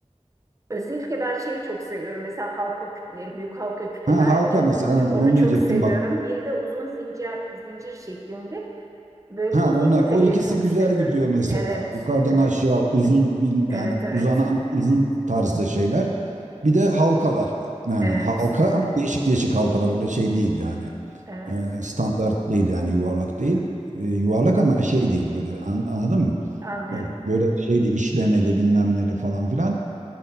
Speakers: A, on the right (about 25°); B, on the right (about 85°).
A: Özellikle ben şeyi çok seviyorum. Mesela halka küpeleri, büyük halka küpeler
B: ha halka mesela ha,
A: e, onu
B: onu
A: çok
B: diyecektim
A: seviyorum.
B: bak.
A: Bir de uzun zincir zincir şeklinde böyle
B: Ha
A: uzun
B: onlar
A: küpeleri
B: o ikisi
A: çok
B: güzel
A: seviyorum.
B: gidiyor mesela.
A: Evet,
B: Yukarıdan
A: evet,
B: aşağı uzun bil-
A: evet,
B: yani
A: evet,
B: uzanan uzun tarzda şeyler. Bir de halkalar yani
A: evet,
B: halka ama değişik değişik halkalar öyle şey değil yani.
A: evet.
B: E, standart değil yani yuvarlak değil. E, yuvarlak ama şey değil böyle an- anladın mı?
A: Anlıyorum,
B: E, Böyle şeyde işlemeli bilmem neli falan filan.